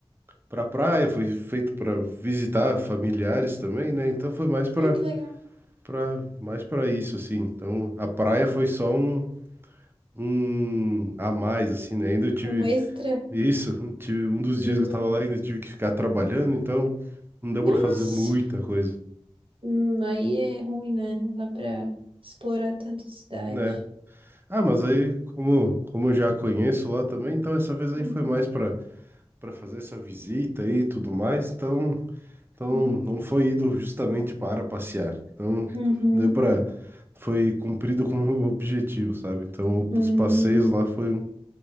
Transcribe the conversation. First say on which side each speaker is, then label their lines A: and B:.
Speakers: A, on the right (about 20°); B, on the right (about 60°).
A: pra praia, foi feito para visitar familiares também, né? Então foi mais para
B: ai que legal.
A: para mais para isso, assim. Então a praia foi só um, um a mais, assim, né? Ainda eu tive
B: Um extra.
A: isso, <laughs> tive um dos
B: Hum,
A: dias que eu tava lá, ainda tive que ficar trabalhando, então não deu
B: Nossa,
A: pra fazer muita coisa,
B: Hum, aí é ruim, né? Não dá pra explorar tanto a cidade.
A: né? Ah, mas aí, como, como eu já conheço lá também, então essa vez aí
B: Uhum,
A: foi mais para para fazer essa visita aí e tudo mais, então, então
B: uhum,
A: não foi ido justamente para passear. Então,
B: uhum,
A: deu para foi cumprido com o objetivo, sabe? Então,
B: hum,
A: os passeios lá foi, um-